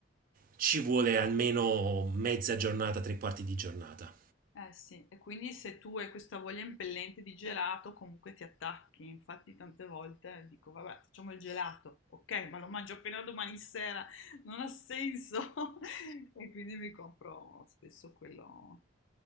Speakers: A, on the right; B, on the left.
A: ci vuole almeno mezza giornata, tre quarti di giornata.
B: Eh sì, e quindi se tu hai questa voglia impellente di gelato, comunque ti attacchi. Infatti, tante volte dico, vabbè, facciamo il gelato, ok, ma lo mangio appena domani sera, non ha senso. <laughs> E quindi mi compro spesso quello,